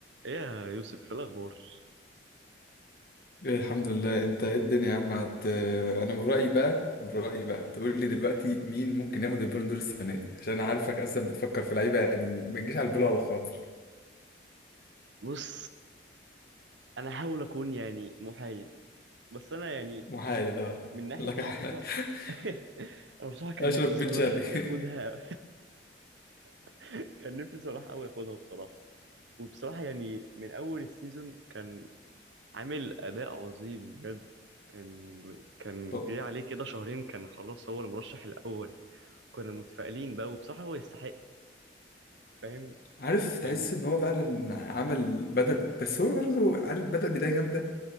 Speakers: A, on the right; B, on the left.
A: ايه يا يوسف في الاخبار
B: إيه الحمد لله انت ايه الدنيا يا عم هت... انا من رأيي بقى من رأيي بقى تقول لي دلوقتي مين ممكن ياخد البالون دور السنة دي عشان انا عارفك اصلا بتفكر في لعيبة يعني ما تجيش على البال ولا الخاطر
A: بص انا احاول اكون يعني محايد بس انا يعني
B: محايد اه
A: من ناحيه
B: لك
A: العاطفه
B: ح- <laughs>
A: <laughs> انا بصراحه كان
B: اشرف
A: نفسي
B: بن
A: صلاح
B: شرقي
A: ياخدها
B: <laughs>
A: <laughs> كان نفسي صلاح قوي ياخدها بصراحه وبصراحه يعني من اول السيزون كان عامل اداء عظيم بجد كان كان
B: هو-
A: جه عليه كده شهرين كان خلاص هو المرشح الاول كنا متفائلين بقى وبصراحه هو يستحق فاهم
B: عارف تحس
A: يعني
B: ان هو فعلا عمل بدأ بس هو برضه عارف بدأ بداية جامدة